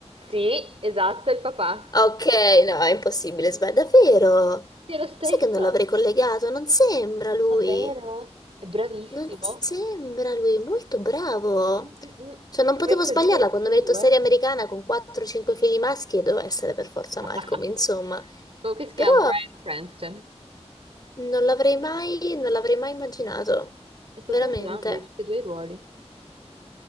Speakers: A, on the right; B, on the left.
A: Sì, esatto, è il papà.
B: Ok, no, è impossibile, sbaglio. Davvero?
A: Sì, è lo stesso.
B: Sai che non l'avrei collegato? Non sembra lui.
A: Ma vero? È bravissimo.
B: Non sembra lui molto bravo.
A: Mm, mm, mm.
B: Cioè, non
A: Che
B: potevo
A: poi è credibile
B: sbagliarla
A: in tutti
B: quando
A: e
B: mi
A: due.
B: hai detto serie americana con 4-5 figli maschi e doveva essere per forza Malcolm,
A: <laughs>
B: insomma.
A: Comunque si
B: Però
A: chiama Bryan Cranston.
B: non l'avrei mai, non l'avrei mai immaginato.
A: È stato
B: Veramente.
A: un grande in tutti e due i ruoli.